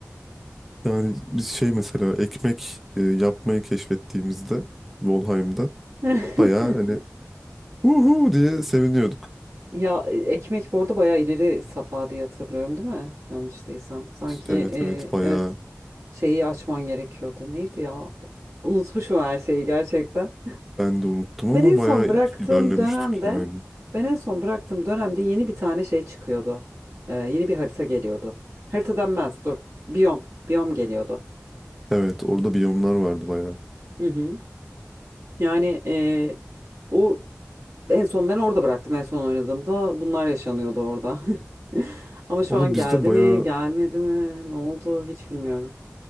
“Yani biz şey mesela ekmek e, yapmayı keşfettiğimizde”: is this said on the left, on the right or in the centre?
Centre